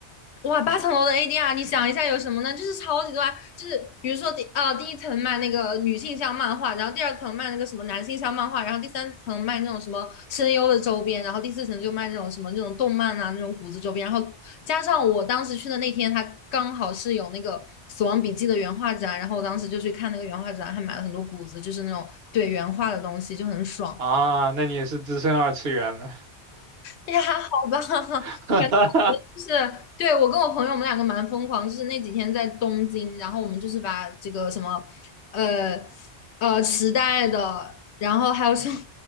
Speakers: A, on the left; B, on the right.
A: 哇，八层楼的 ADR，你想一下有什么呢？就是超级多啊，就是比如说第啊第一层卖那个女性向漫画，然后第二层卖那个什么男性向漫画，然后第三层卖那种什么声优的周边，然后第四层就卖那种什么那种动漫啊那种谷子周边，然后加上我当时去的那天，它刚好是有那个《死亡笔记》的原画展，然后我当时就去看那个原画展，还买了很多谷子，就是那种对原画的东西，就很爽。
B: 啊？那你也是资深二次元了，
A: 也还好吧，<laughs>
B: <laughs>
A: 感觉就是对我跟我朋友，我们两个蛮疯狂，就是那几天在东京，然后我们就是把这个什么，呃呃，时代的，然后还有什么